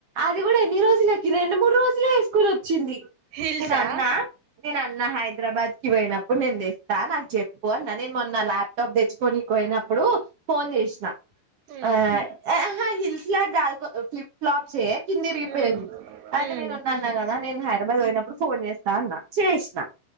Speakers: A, on the right; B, on the right.
A: అది కూడా నిరోజిన ఈ రెండు మూడు రోజులే హై స్కూల్ వచ్చింది
B: హిల్సా
A: నేను అన్నా నేను అన్న హైదరాబాద్ కి పోయినప్పుడు నేను తెస్తా నాకు చెప్పు అన్నా నేను మొన్న ల్యాప్టాప్ తెచ్చుకని పోయినప్పుడు ఫోన్ చేసినా
B: హ్మ్
A: ఆ హ హిల్స్ ల ఫ్లిప్ ఫ్లాప్ కింది తరిగిపోయింది
B: హ్మ్
A: అయితే
B: హ్మ్
A: నేను ఉన్నా అన్నా కదా నేను హైదరాబాద్ పోయినప్పుడు ఫోన్ చేస్తా అన్న చేసిన